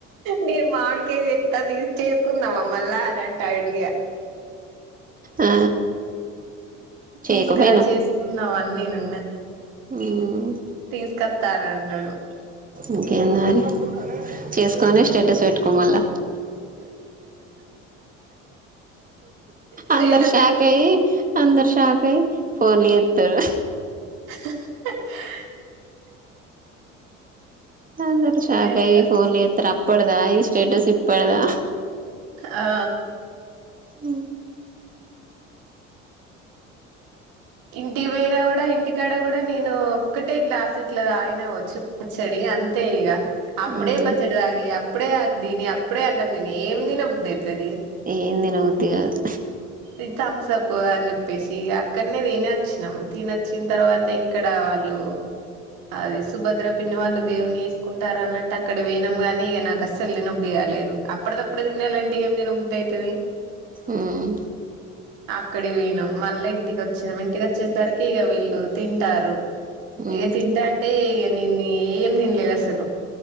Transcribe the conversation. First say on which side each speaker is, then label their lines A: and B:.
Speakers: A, on the right (about 60°); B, on the right (about 20°).
A: నీ మాడుకాయ దెత్ అ తీసుకున్నవ మళ్ళ అనడ్ టైడు ఇగ
B: ఆ చేయకపోయినవ్
A: తీసకరా చేసుకుందాం అన్నీ అన్న
B: ఉమ్
A: తీసుకతరన్నను
B: ఇంకేంది మరి చేసుకొని స్టేటస్ పెట్టుకో మళ్ళా
A: స్టేటస్
B: అందరు షాక్
A: పెట్
B: అయి అందరు షాకాయి ఫోన్లు చేతరు
A: <unintelligible>
B: అ అందరూ షాక్
A: ఇగ అట్లా
B: అయ్యి ఫోన్లు చేతరు అప్ ఇప్పడదా ఈ స్టేటస్ ఇప్పడదా
A: ఆ
B: ఊ
A: ఇంటికి పోయినా కూడా ఇంటికాడ కూడా నేను ఒక్కటే గ్లాస్ ఇట్లా తాగిన వచ్చు పచ్చడి అంతే ఇగ అప్పుడే
B: మ్మ్
A: పచ్చడ్దాగి అప్ అప్పుడే ఆదీని, అప్పుడే అన్నం తిని, ఏం తిన బుద్ధయితాది.
B: ఏం దినబుద్ది గాదు
A: ఇది థమ్స్ అప్ అని చెప్పేసి ఇగా అక్కడనే తిని వచ్చినాము. తిని వచ్చిన తర్వాత ఇక్కడ వాళ్ళు. అది సుభద్ర పిన్ని వాళ్ళు దేవుని వేసుకుంటారనంటే అక్కడ పోయినము. కాని నాకు అస్సలు తిన బుద్ధి కాలేదు. అప్పటిదప్పుడే తినాలంటే ఏం తిన బుద్ధి అయితాది.
B: ఉమ్
A: అక్కడ్కి పోయినాం. మళ్ళా ఇంటికి వచ్చినాం. ఇంటికి వచ్చేసరికి ఇగా వీళ్ళు తింటారు.
B: మ్మ్
A: ఇగ తింటాంటే ఇగ్ నిన్నేం తినలేదసలు